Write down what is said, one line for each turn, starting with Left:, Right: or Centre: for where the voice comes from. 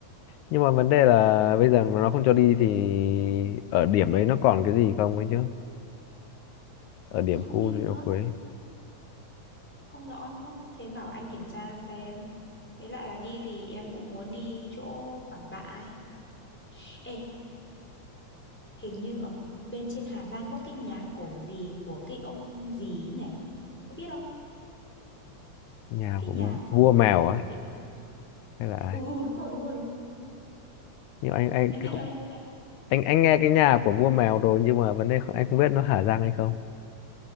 Left: Nhưng mà vấn đề là bây giờ mà nó không cho đi thì ở điểm đấy nó còn cái gì không ấy chứ? Ở điểm
Centre: không
Left: khu
Centre: biết
Left: Liễu
Centre: nữa
Left: Quế,
Centre: không rõ nữa thế em bảo anh kiểm tra xem với lại là đi thì em cũng muốn đi chỗ Quản Bạ ấy ê hình như ở bên trên Hà Giang có cái nhà cổ gì của cái ông gì ấy nhỉ có biết không
Left: nhà
Centre: cái
Left: của
Centre: nhà
Left: vua
Centre: cổ
Left: vua mèo
Centre: gì
Left: á
Centre: của cái
Left: hay là ai?
Centre: ừ, ừ đúng rồi đúng rồi đúng
Left: Nhưng mà anh anh
Centre: anh biết
Left: cái khu-
Centre: ở đây
Left: anh anh nghe cái nhà của vua mèo rồi nhưng mà vấn đề không- anh không biết nó Hà Giang hay không.